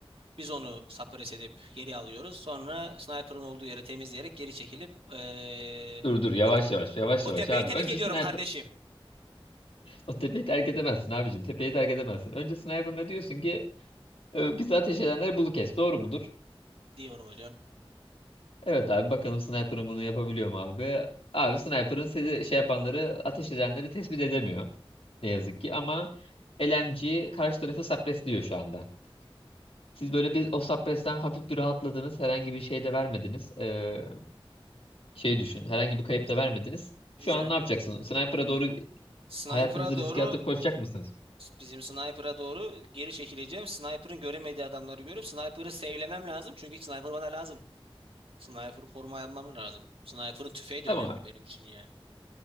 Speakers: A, on the right; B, on the left.
A: biz onu sapres edip geri alıyoruz. Sonra sniper'ın olduğu yeri temizleyerek geri çekilip eee,
B: Dur dur yavaş
A: o,
B: yavaş yavaş
A: o
B: yavaş
A: tepeyi
B: abi.
A: terk
B: Önce
A: ediyorum
B: sniper.
A: kardeşim
B: O tepeyi terk edemezsin abicim. Tepeyi terk edemezsin. Önce sniper ne diyorsun ki e, bizi ateş edenleri bulu kes. Doğru mudur?
A: diyorum hocam.
B: Evet abi bakalım sniper'ın bunu yapabiliyor mu abi? Abi sniper'ın sizi şey yapanları ateş edenleri tespit edemiyor. Ne yazık ki ama LMG karşı tarafı suppressliyor şu anda. Siz böyle bir o Subpress'ten hafif bir rahatladınız. Herhangi bir şey de vermediniz. Ee, şey düşün. Herhangi bir kayıp da vermediniz. Şu
A: Güzel.
B: an ne yapacaksınız? Sniper'a doğru
A: Sniper'a
B: hayatınızı
A: doğru
B: riske atıp koşacak mısınız?
A: bizim sniper'a doğru geri çekileceğim. Sniper'ın göremediği adamları görüp sniper'ı save'lemem lazım. Çünkü sniper bana lazım. Sniper'ı koruma almam lazım. Sniper'ın tüfeği de
B: Tamam
A: önemli
B: abi.
A: benim için yani.